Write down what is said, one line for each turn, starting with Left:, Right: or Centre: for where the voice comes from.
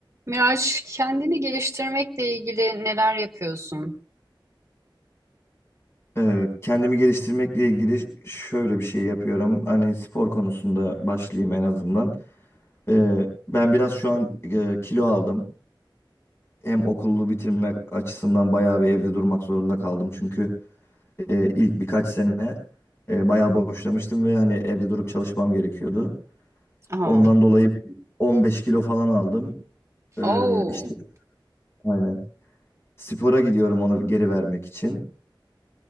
Right: Miraç, kendini geliştirmekle ilgili neler yapıyorsun?
Left: Ee, kendimi geliştirmekle ilgili şöyle bir şey yapıyorum. Hani spor konusunda başlayayım en azından. Ee, ben biraz şu an e, kilo aldım. Hem okulu bitirmek açısından bayağı bir evde durmak zorunda kaldım. Çünkü e, ilk birkaç sene e, bayağı boşlamıştım ve hani evde durup çalışmam gerekiyordu.
Right: Aa,
Left: Ondan dolayı 15 kilo falan aldım. Ee,
Right: oo.
Left: işte aynen. Spora gidiyorum onu geri vermek için.